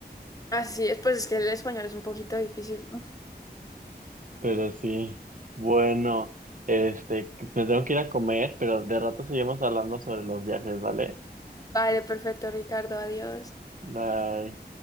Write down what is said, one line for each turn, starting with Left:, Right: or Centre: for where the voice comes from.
Left: Así es, pues es que el español es un poquito difícil. ¿no?
Right: Pero sí, bueno, este, me tengo que ir a comer, pero de rato seguimos hablando sobre los viajes, ¿vale?
Left: Vale, perfecto, Ricardo, adiós.
Right: Bye.